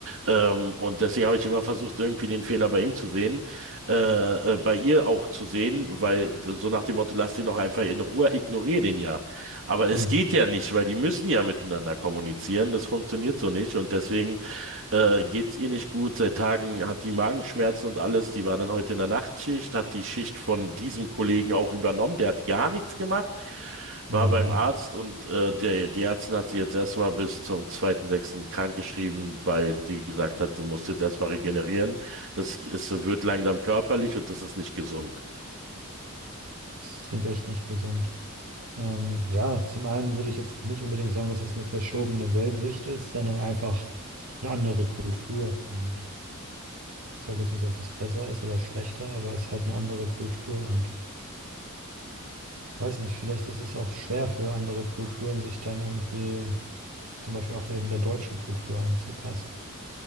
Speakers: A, on the right; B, on the right.
A: Ähm, und deswegen habe ich immer versucht, irgendwie den Fehler bei ihm zu sehen äh, äh, bei ihr auch zu sehen, weil so nach dem Motto, lass den doch einfach in Ruhe, ignoriere den ja. Aber es
B: Hm,
A: geht ja nicht, weil die müssen ja miteinander kommunizieren. Das funktioniert so nicht und deswegen äh, geht's ihr nicht gut. Seit Tagen hat die Magenschmerzen und alles. Die war dann heute in der Nachtschicht, hat die Schicht von diesem Kollegen auch übernommen. Der hat gar nichts gemacht. War
B: Oh
A: beim
B: Mann.
A: Arzt und äh, der, die Ärztin hat sie jetzt erstmal bis zum zweiten sechsten krankgeschrieben, weil sie gesagt hat, du musst jetzt erstmal regenerieren. Das ist, wird langsam körperlich und das ist nicht gesund.
B: Das klingt echt nicht gesund. Ähm, ja, zum einen würde ich jetzt nicht unbedingt sagen, dass es eine verschobene Weltsicht ist, sondern einfach eine andere Kultur. Und ich sage jetzt nicht, dass es besser ist oder schlechter, aber es ist halt eine andere Kultur. Und weiß nicht, vielleicht ist es auch schwer für andere Kulturen, sich dann irgendwie zum Beispiel auch eben der deutschen Kultur anzupassen.